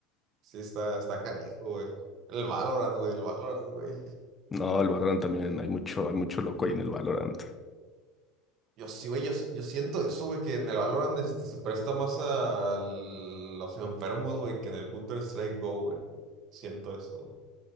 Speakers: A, on the right; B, on the left.
A: Sí, está, está canijo, güey. El Valorant, güey, el Valorant, güey.
B: No, el Valorant también, hay mucho, hay mucho loco ahí en el Valorant.
A: Yo sí, güey, yo, yo siento eso, güey, que en el Valorant este, se presta más a los enfermos, güey, que en el Counter-Strike Go, güey. Siento eso,